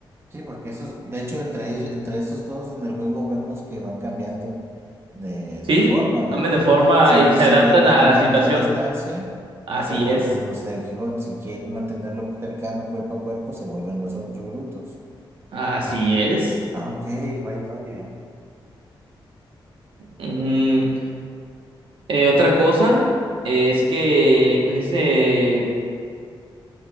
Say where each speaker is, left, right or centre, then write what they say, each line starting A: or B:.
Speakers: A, on the right; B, on the right.
A: Sí, porque esos, de hecho, entre ellos, entre esos dos en el juego vemos que van cambiando de,
B: Sí,
A: de forma, vaya.
B: cambian de forma
A: Si,
B: y se
A: si
B: adaptan
A: quieren atacarte
B: a la situación.
A: a distancia,
B: Así
A: se ponen
B: es.
A: los de aguijón. Si quieren mantenerlo cercano cuerpo a cuerpo, se vuelven los otros brutos.
B: Así es.
A: Ah, ok, vaya, vaya.
B: Mm, Eh, otra cosa es que, ¿cómo se dice?